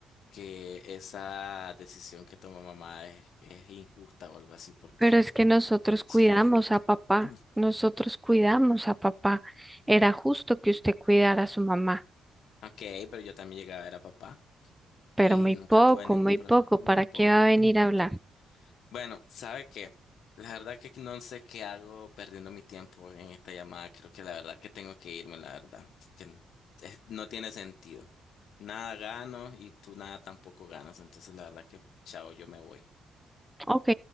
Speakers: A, on the left; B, in the centre.
A: que esa decisión que tomó mamá es, es injusta o algo así, porque
B: pero es que nosotros cuidamos
A: sí es justa.
B: a papá,
A: <clears throat>
B: nosotros cuidamos a papá. Era justo que usted cuidara a su mamá,
A: Ok, pero yo también llegaba a ver a papá
B: pero
A: y
B: muy
A: nunca
B: poco,
A: tuve ningún
B: muy
A: problema,
B: poco,
A: muy
B: ¿para
A: poco.
B: qué va a venir
A: <clears throat>
B: a hablar?
A: Bueno, ¿sabe qué? La verdad que no sé qué hago perdiendo mi tiempo en esta llamada. Creo que la verdad que tengo que irme, la verdad. Que n- es- no tiene sentido. Nada gano y tú nada tampoco ganas. Entonces, la verdad que, chao, yo me voy.
B: Ok,